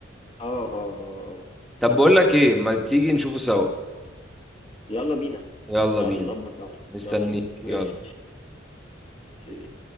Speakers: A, on the left (about 30°); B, in the centre.
A: اه اه اه
B: طب
A: حلو
B: بقول
A: جدا
B: لك ايه ما تيجي نشوفه سوا
A: يلا بينا
B: يلا
A: تعالى
B: بينا
A: نظبط بقى
B: مستنيك
A: يلا بينا ماشي
B: يلا
A: سيدي